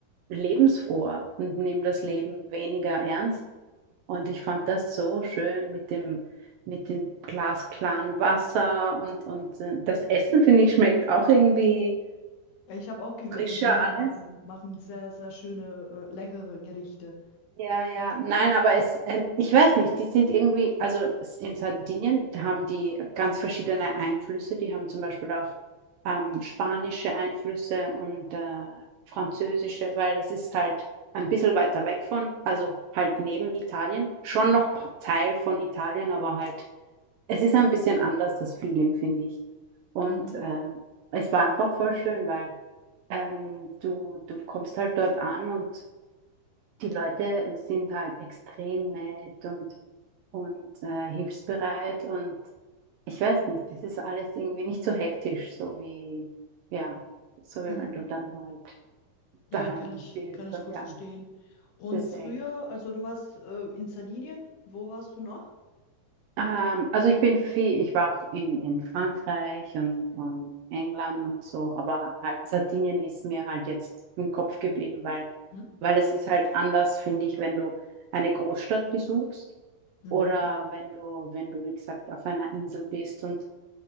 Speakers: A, on the right; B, on the left.
A: lebensfroher und nehmen das Leben weniger ernst. Und ich fand das so schön mit dem, mit dem glasklaren Wasser und, und äh, das Essen, finde ich, schmeckt auch irgendwie
B: Ja, ich habe auch gehört,
A: frischer
B: die Italiener
A: alles.
B: machen, machen sehr, sehr schöne, äh, leckere Gerichte.
A: Ja, ja, nein, aber es, ähm, ich weiß nicht, die sind irgendwie, also s- in Sardinien da haben die ganz verschiedene Einflüsse. Die haben zum Beispiel auch ähm, spanische Einflüsse und äh, französische, weil es ist halt ein bisschen weiter weg von, also halt neben Italien, schon noch pa- Teil von Italien, aber halt, es ist ein bisschen anders, das Feeling, finde ich. Und
B: Mhm.
A: ähm, es war einfach voll schön, weil ähm, du, du kommst halt dort an und die Leute sind halt extrem nett und, und äh, hilfsbereit und ich weiß nicht, das ist alles irgendwie nicht so hektisch, so wie, ja, so wie
B: Mhm.
A: wenn du dann halt
B: Ja,
A: daheim
B: kann ich,
A: bist
B: kann ich
A: und
B: gut
A: ja,
B: verstehen. Und
A: deswegen.
B: früher, also du warst äh, in Sardinien, wo warst du noch?
A: Ähm, also ich bin viel, ich war auch in, in Frankreich und, und England und so, aber halt Sardinien ist mir halt jetzt im Kopf geblieben, weil,
B: Mhm.
A: weil es ist halt anders, finde ich, wenn du eine Großstadt besuchst
B: Mhm.
A: Oder wenn du, wenn du, wie gesagt, auf einer Insel bist und